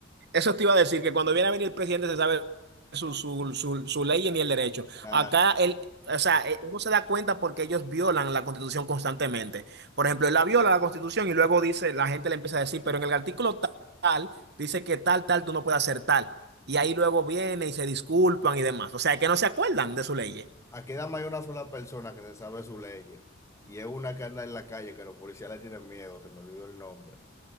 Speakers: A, on the right; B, on the left.
A: Eso te iba a decir, que cuando viene a venir el presidente se sabe su, su, su, su ley ni el derecho.
B: Nada.
A: Acá él, o sea, eh, uno se da cuenta porque ellos violan la Constitución constantemente. Por ejemplo, él la viola la Constitución y luego dice, la gente le empieza a decir, pero en el artículo tal, dice que tal, tal, tú no puedes hacer tal. Y ahí luego viene y se disculpan y demás. O sea, que no se acuerdan de su ley.
B: Aquí nada más hay una sola persona que se sabe sus leyes. Y es una que anda en la calle que los policías le tienen miedo, se me olvidó el nombre.